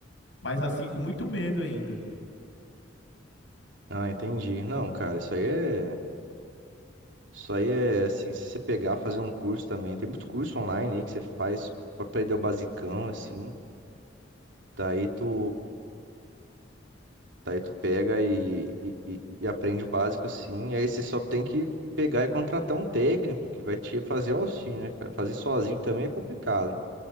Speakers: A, on the left; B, on the right.
A: Mas assim, com muito medo ainda.
B: Ah, entendi. Não, cara, isso aí é. Isso aí é assim, se você pegar, fazer um curso também. Tem muito curso online aí que você faz pra aprender o basicão, assim. Daí tu. Daí tu pega e, e, e- e aprende o básico assim, e aí você só tem que pegar e contratar um técnico que vai te fazer o auxílio, né, cara? Fazer sozinho também é complicado,